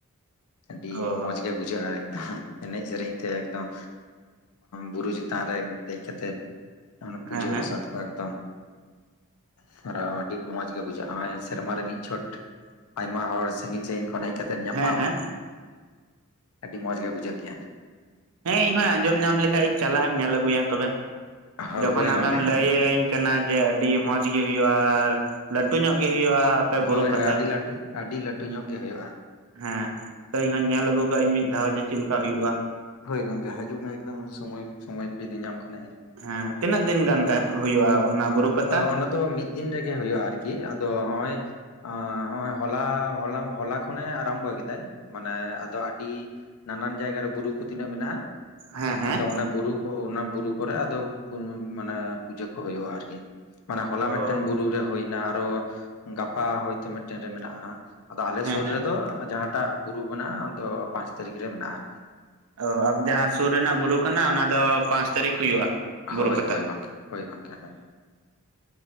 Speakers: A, on the left; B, on the right.
A: ᱟᱹᱰᱤ
B: ᱚ
A: ᱢᱚᱡᱽ ᱜᱮ ᱵᱩᱡᱷᱟᱹᱜᱼᱟ ᱮᱱᱮᱡ ᱥᱮᱨᱮᱧ ᱛᱮ ᱮᱠᱫᱚᱢ ᱵᱩᱨᱩ ᱪᱮᱛᱟᱱ ᱨᱮ ᱫᱮᱡ ᱠᱟᱛᱮᱫ ᱚᱱᱮ ᱯᱩᱡᱟᱹ
B: ᱦᱮᱸ ᱦᱮᱸ
A: ᱵᱟᱥᱟᱛ ᱠᱚ ᱮᱠᱫᱚᱢ <unintelligible> ᱟᱹᱰᱤ ᱢᱚᱸᱡᱽ ᱜᱮ ᱵᱩᱡᱷᱟᱹᱜᱼᱟ ᱱᱚᱼᱚᱭ ᱥᱮᱨᱢᱟ ᱨᱮ ᱢᱤᱫ ᱪᱷᱚᱴ ᱟᱭᱢᱟ ᱦᱚᱲ ᱥᱟ. ᱜᱤᱧ ᱥᱟ. ᱜᱤᱧ ᱠᱷᱚᱱ ᱦᱮᱡ ᱠᱟᱛᱮᱜ ᱧᱟᱯᱟᱢ
B: ᱦᱮᱸ ᱦᱮᱸ
A: ᱟᱹᱰᱤ ᱢᱚᱸᱡᱽ ᱜᱮ ᱵᱩᱡᱷᱟᱹᱜ ᱜᱮᱭᱟ
B: ᱦᱮᱸ ᱤᱧᱦᱚᱸ ᱟᱸᱡᱚᱢ ᱧᱟᱢ ᱞᱮᱠᱷᱟᱤᱧ ᱪᱟᱞᱟᱜ ᱤᱧ ᱧᱮᱞ ᱟᱜᱩᱭᱟ ᱛᱚᱵᱮ
A: ᱜᱮᱭᱟ
B: ᱡᱚᱠᱷᱚᱱ
A: ᱦᱳᱭ
B: ᱟᱢᱮᱢ
A: ᱜᱚᱝᱠᱮ
B: ᱞᱟᱹᱭᱟᱹᱧ ᱠᱟᱱᱟ ᱡᱮ ᱟᱹᱰᱤ ᱢᱚᱸᱡᱽ ᱜᱮ ᱦᱩᱭᱩᱜᱼᱟ ᱟᱨ ᱞᱟᱹᱴᱩ ᱧᱚᱜ ᱜᱮ ᱦᱩᱭᱩᱜᱼᱟ ᱟᱯᱮ ᱵᱩᱨᱩ
A: ᱦᱳᱭ
B: ᱯᱟᱛᱟ
A: ᱦᱳᱭ ᱟᱹᱰᱤ ᱞᱟᱹᱴᱩ ᱟᱹᱰᱤ ᱞᱟᱹᱴᱩ ᱧᱚᱜ ᱜᱮ ᱦᱩᱭᱩᱜᱼᱟ
B: ᱦᱮᱸ ᱛᱚ ᱤᱧᱦᱚᱧ ᱧᱮᱞ ᱟᱹᱜᱩ ᱠᱟᱜ ᱟ. ᱧ ᱢᱤᱫ ᱫᱷᱟᱣ ᱡᱮ ᱪᱮᱫᱞᱮᱠᱟ ᱦᱩᱭᱩᱜᱼᱟ
A: ᱦᱳᱭ ᱜᱚᱝᱠᱮ ᱦᱤᱡᱩᱜ ᱢᱮ ᱮᱠᱫᱚᱢ ᱥᱚᱢᱚᱭ ᱥᱚᱢᱚᱭ ᱥᱚᱢᱚᱭ ᱠᱚ ᱡᱩᱫᱤ ᱧᱟᱢ ᱠᱷᱟᱱᱮ ᱦᱤᱡᱩᱜ ᱢᱮ
B: ᱦᱮᱸ ᱛᱤᱱᱟᱹᱜ ᱫᱤᱱ ᱜᱟᱱ ᱛᱟᱦᱮᱸ ᱦᱩᱭᱩᱜᱼᱟ ᱚᱱᱟ ᱵᱩᱨᱩ ᱯᱟᱛᱟ
A: ᱚᱱᱟ ᱫᱚ ᱢᱤᱫ ᱫᱤᱱ ᱨᱮᱜᱮ ᱦᱩᱭᱩᱜᱼᱟ ᱟᱨᱠᱤ ᱟᱫᱚ ᱱᱚᱼᱚᱭ ᱟᱻ ᱱᱚ-ᱚᱭ ᱦᱚᱞᱟ ᱦᱚᱞᱟ ᱦᱚᱞᱟ ᱠᱷᱚᱱᱮ ᱟᱨᱟᱢᱵᱚ ᱠᱮᱫᱟᱭ ᱢᱟᱱᱮ ᱟᱫᱚ ᱟᱹᱰᱤ ᱱᱟᱱᱟᱱ ᱡᱟᱭᱜᱟ ᱨᱮ ᱵᱩᱨᱩ ᱠᱚ ᱛᱤᱱᱟᱹᱜ ᱢᱮᱱᱟᱜᱼᱟ
B: ᱦᱮᱸ ᱦᱮᱸ
A: ᱟᱫᱚ ᱚᱱᱮ ᱵᱩᱨᱩ ᱠᱚ ᱚᱱᱟ ᱵᱩᱨᱩ ᱠᱚᱨᱮ ᱟᱫᱚ ᱢᱟᱱᱮ ᱯᱩᱡᱟᱹ ᱠᱚ ᱦᱩᱭᱩᱜᱼᱟ ᱟᱨᱠᱤ ᱢᱟᱱᱮ ᱦᱚᱞᱟ
B: ᱚ
A: ᱢᱤᱫᱴᱮᱱ ᱵᱩᱨᱩ ᱨᱮ ᱦᱩᱭᱱᱟ ᱟᱨᱚ ᱜᱟᱯᱟ ᱦᱚᱭᱛᱚ ᱢᱤᱫᱴᱮᱱ ᱨᱮ ᱢᱮᱱᱟᱜᱼᱟ ᱦᱟᱸᱜ ᱟᱫᱚ ᱟᱞᱮ
B: ᱦᱮᱸ
A: ᱥᱩᱨ
B: ᱦᱮᱸ
A: ᱨᱮᱫᱚ ᱡᱟᱦᱟᱸᱴᱟᱜ ᱵᱩᱨᱩ ᱢᱮᱱᱟᱜᱼᱟ ᱟᱫᱚ ᱯᱟᱸᱪ ᱛᱟᱹᱨᱤᱠᱷ ᱨᱮ ᱢᱮᱱᱟᱜᱼᱟ ᱟᱨᱠᱤ
B: <unintelligible> ᱡᱟᱦᱟᱸ ᱥᱩᱨ ᱨᱮᱱᱟᱜ ᱵᱩᱨᱩ ᱠᱟᱱᱟ ᱚᱱᱟ ᱫᱚ ᱯᱟᱸᱪ ᱛᱟᱹᱨᱤᱠᱷ ᱦᱩᱭᱩᱜᱼᱟ ᱵᱩᱨᱩ
A: ᱦᱳᱭ
B: ᱯᱟᱛᱟ
A: ᱦᱳᱭ ᱜᱚᱢᱠᱮ ᱦᱳᱭ ᱜᱚᱢᱠᱮ ᱦᱮᱸ